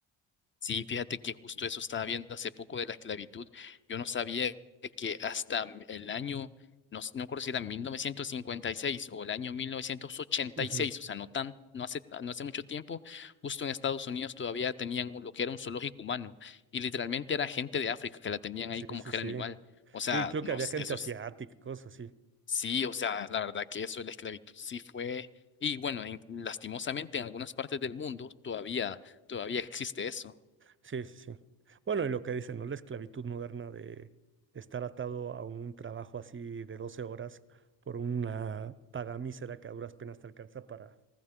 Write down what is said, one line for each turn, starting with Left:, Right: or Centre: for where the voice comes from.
Left: sí, fíjate que justo eso estaba viendo hace poco de la esclavitud. Yo no sabía que hasta el año, no, s- no recuerdo si era 1956 o el año mil novecientos ochenta
Right: Ujú.
Left: y seis, o sea, no tan, no hace, no hace mucho tiempo, justo en Estados Unidos todavía tenían un- lo que era un zoológico humano y literalmente era gente de África que la tenían
Right: Sí,
Left: ahí como
Right: sí,
Left: que
Right: sí.
Left: era animal. O sea,
Right: Sí, creo
Left: no,
Right: que había
Left: s-
Right: gente
Left: eso
Right: asiática,
Left: es
Right: cosas así.
Left: Sí, o sea, la verdad que eso de la esclavitud sí fue, y bueno, en- lastimosamente en algunas partes del mundo todavía, todavía existe eso.
Right: Sí, sí, sí. Bueno, y lo que dicen, ¿no? La esclavitud moderna de estar atado a un trabajo así de 12 horas por una paga mísera que a duras penas te alcanza para,